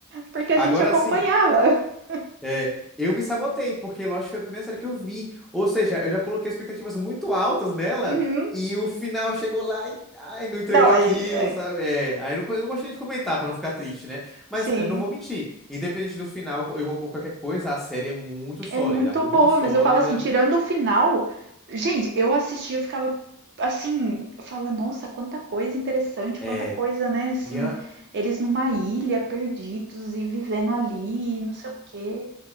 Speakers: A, on the right; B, in the centre.
A: porque a
B: Agora
A: gente acompanhava.
B: assim,
A: <laughs>
B: é, eu me sabotei, porque Lost foi a primeira série que eu vi. Ou seja, eu já coloquei expectativas muito altas nela
A: Uhum.
B: e o final chegou lá e ai, não entregou
A: Não,
B: aquilo,
A: aí, é,
B: sabe? É, aí eu não, co- eu não gostei de comentar pra não ficar triste, né? Mas
A: assim,
B: eu não vou mentir, independente do final ou, ou qualquer coisa, a série é muito sólida,
A: é muito
B: muito
A: boa,
B: sólida.
A: mas eu falo assim, tirando o final, gente, eu assistia, eu ficava assim, eu falava, nossa, quanta coisa interessante,
B: É.
A: quanta coisa, né, assim,
B: E é,
A: eles numa ilha, perdidos e vivendo ali, não sei o quê.